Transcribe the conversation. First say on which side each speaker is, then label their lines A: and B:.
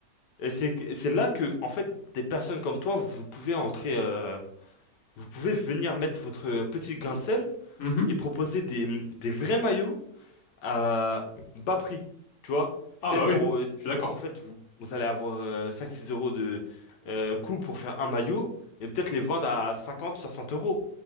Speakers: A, on the left; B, on the left.
A: Et c'est que- c'est là que, en fait, des personnes comme toi, vous pouvez entrer, euh, vous pouvez venir mettre votre petit grain de sel
B: Mhm.
A: et proposer des, des vrais maillots à bas prix, tu vois?
B: Ah
A: Peut-être
B: bah oui,
A: pour, euh,
B: je suis d'accord.
A: en fait, vous, vous allez avoir euh, 5-6 euros de euh, coût pour faire un maillot et peut-être les vendre à cinquante soixante euros.